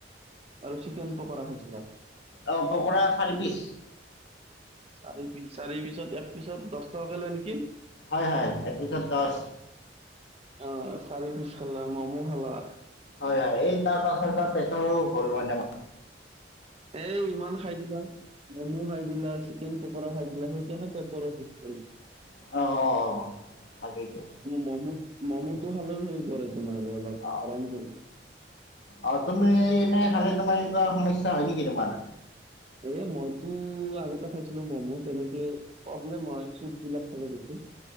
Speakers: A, on the right (about 35°); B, on the left (about 70°).
A: আৰু চিকেন পকৰা খাইছিলা
B: অ পকৰা চাৰি পিচ।
A: চাৰি পি চাৰি পিছত এক পিছত দচ টকা কে লয় নেকি?
B: হয় হয় এক পিছত দচ।
A: অ চাৰি পিছ খালা। মমো খালা?
B: হয় হয়। এই তাৰ পাছৰ তাৰ পেটৰো হ'ল মানে
A: এ ইমান খাই দিবা। ম'মো খাই দিলা, চিকেন পকৰা খাই দিলা সেইকনে পেটটো অলপ বিষ কৰিছে।
B: অ অ অ। তাকেইতো।
A: মমো, ম'মোটো খালেও হেই কৰে তোমাৰ অলপ
B: অ
A: গৰম কৰি
B: অ তুমি এনেই খালে তোমাৰ এনেকুৱা সমস্যা হয় নেকি তোমাৰ?
A: এ মইতো আগতে খাইছিলো। ম'ম' তেনেকে প্ৰব্লেম হয় চুইট বিলাক খালে বেছি।